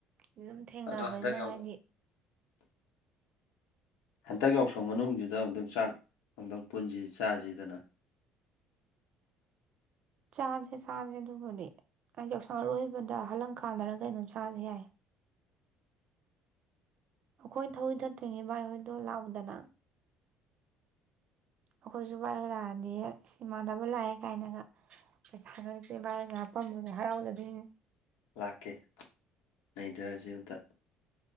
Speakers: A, on the right; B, on the left.
A: ꯑꯗꯨꯝ ꯊꯦꯡꯅꯕꯅꯤꯅ
B: ꯑꯗꯣ ꯍꯟꯗꯛ ꯌꯥꯎ
A: ꯍꯥꯏꯗꯤ
B: ꯍꯟꯗꯛ ꯌꯥꯎꯁꯪ ꯃꯅꯨꯡꯖꯤꯗ ꯑꯃꯨꯛꯇꯪ ꯆꯥꯛ ꯑꯝꯗꯪ ꯄꯨꯟꯁꯖꯤ ꯆꯥꯁꯤꯗꯅ
A: ꯆꯥꯖꯦ ꯆꯥꯖꯦ ꯑꯗꯨꯕꯨꯗꯤ ꯑ ꯌꯥꯎꯁꯪ ꯑꯔꯣꯏꯕꯗ ꯍꯜꯂꯪ ꯀꯥꯟꯅꯔꯒꯩꯅꯣ ꯆꯥꯁꯦ ꯌꯥꯏ ꯑꯩꯈꯣꯏ ꯊꯧꯔꯤ ꯊꯠꯇꯣꯏꯅꯦ ꯚꯥꯏꯍꯣꯏꯗꯣ ꯂꯥꯛꯎꯗꯅ ꯑꯩꯈꯣꯏꯁꯨ ꯕꯥꯏꯍꯣꯏꯂꯥꯛꯑꯗꯤ ꯏꯁ ꯏꯃꯥꯟꯅꯕ ꯂꯥꯛꯑꯦ ꯀꯥꯏꯅꯒ ꯄꯩꯁꯥꯒꯁꯦ ꯕꯥꯏꯅ ꯍꯥꯄꯝꯃꯦ ꯍꯔꯥꯎꯖꯗꯣꯏꯅꯤ
B: ꯂꯥꯛꯀꯦ ꯅꯩꯗꯔꯖꯦ ꯑꯝꯇ